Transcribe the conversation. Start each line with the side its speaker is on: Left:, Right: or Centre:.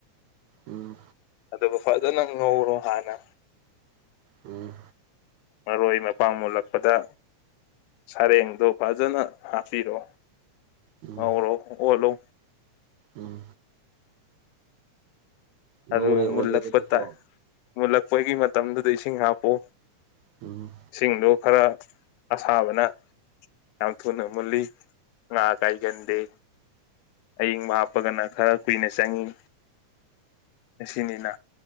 Right: ꯎꯝ
Left: ꯑꯗꯨꯕꯨ ꯐ ꯐꯖꯅꯥ ꯅꯧꯔꯣ ꯍꯅ
Right: ꯎꯝ
Left: ꯃꯔꯣꯏ ꯃꯄꯥꯡ ꯃꯨꯜꯂꯛꯄꯗ ꯁꯔꯦꯡꯗꯣ ꯐꯖꯅ ꯍꯥꯞꯄꯤꯔꯣ
Right: ꯎꯝ
Left: ꯍꯔꯣ ꯍꯣꯂꯣ
Right: ꯎꯝ ꯉꯧꯔꯦ
Left: ꯑꯗꯨꯒ
Right: ꯑꯣꯜꯂꯦꯗꯅꯀꯣ
Left: ꯃꯨꯜꯂꯛꯄ ꯇꯥꯏ ꯃꯨꯜꯂꯛꯄꯒꯤ ꯃꯇꯝꯗꯨꯗ ꯏꯁꯤꯡ ꯍꯥꯞꯄꯨ
Right: ꯎꯝ
Left: ꯏꯁꯤꯡꯗꯣ ꯈꯔ ꯑꯁꯥꯕꯅ ꯌꯥꯝ ꯊꯨꯅ ꯃꯨꯜꯂꯤ ꯉꯥ ꯀꯥꯏꯒꯟꯗꯦ ꯑꯌꯪꯕ ꯍꯥꯞꯄꯒꯅ ꯈꯔ ꯀꯨꯏꯅ ꯆꯪꯉꯤ ꯑꯁꯤꯅꯤꯅ